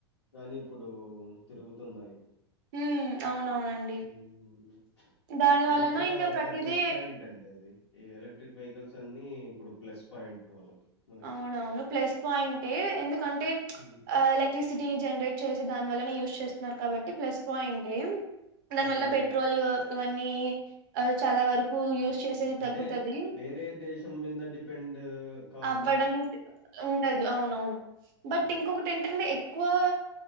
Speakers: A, on the left (about 70°); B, on the right (about 45°).
A: గాని ఇప్పుడు తిరుగుతున్నాయి.
B: హ్మ్ అవునవునండి
A: హ్మ్.
B: దాని
A: అది
B: వలన
A: కూడా
B: ఇంగ
A: ఒక
B: ప్రతిదీ
A: ప్లస్ పాయింట్ అండి ఈ ఎలక్ట్రిక్ వెహికల్స్ అన్ని ఇప్పుడు ప్లస్ పాయింట్ వాళ్ళకి మనకి.
B: అవునవును ప్లస్ పాయింటే ఎందుకంటే
A: హ్మ్.
B: ఎలక్ట్రిసిటీ జనరేట్ చేసి దాని వల్లనే యూస్ చేస్తున్నారు కాబట్టి ప్లస్ పాయింటే దాని
A: హ్మ్.
B: వల్ల పెట్రోల్ ఇవన్నీ ఆహ్, చాలా వరకు యూజ్ చేసేది
A: అంటే
B: తగ్గుతది.
A: వేరే దేశం మీద డిపెండ్ కావాల్
B: అవ్వడం ఉండ అవునవును బట్
A: హ్మ్.
B: ఇంకొకటి ఏంటంటే ఎక్కువా